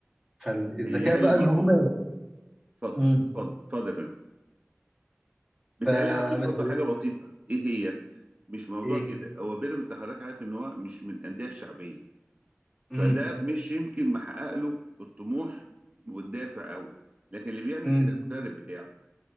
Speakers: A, in the centre; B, on the right (about 25°).
A: فالذكاء
B: متهيالي
A: بقى
B: برضو
A: ان هم
B: اتفضل
A: امم
B: اتفضل اتفضل يا فندم متهيالي
A: فمتهيأ
B: هضيف برضو حاجه بسيطه ايه هي مش موضوع
A: ايه
B: كده هو بيراميدز حضرتك عارف ان هو مش من الانديه الشعبيه فده
A: امم
B: مش يمكن محقق له الطموح والدافع قوي لكن اللي بيعمل
A: امم
B: كده المدرب بتاعه